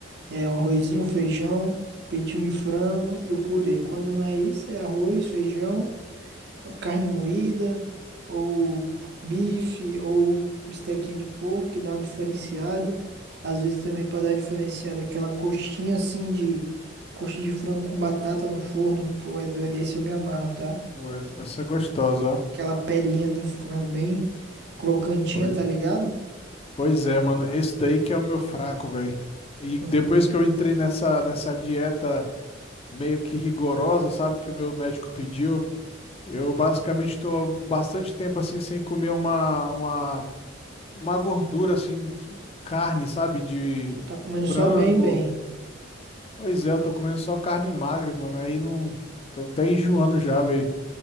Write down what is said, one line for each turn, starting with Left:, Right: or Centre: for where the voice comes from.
Right: É o
Left: Uhum.
Right: arrozinho, o feijão, o peitinho de frango e o purê. Quando não é isso, é arroz, feijão. carne moída, ou bife, ou bistequinha de porco, que dá uma diferenciada. Às vezes também para dar uma diferenciada aquela coxinha assim de coxa de frango com batata no forno. Tu é doido, esse eu me amarro, tá?
Left: Pô, essa essa é gostosa,
Right: Aquela pelinha do frango bem crocantinha,
Left: ó.
Right: tá ligado?
Left: Pois é, mano, esse daí que é o meu fraco, velho. E depois
Right: Hum.
Left: que eu entrei nessa, nessa dieta meio que rigorosa, sabe, que o meu médico pediu, eu basicamente estou bastante tempo assim sem comer uma, uma, uma gordura assim de carne, sabe, de
Right: Tu tá comendo
Left: frango.
Right: só bem, bem.
Left: Pois é, eu tô comendo só carne magra, mano. Aí não tô até enjoando já, velho.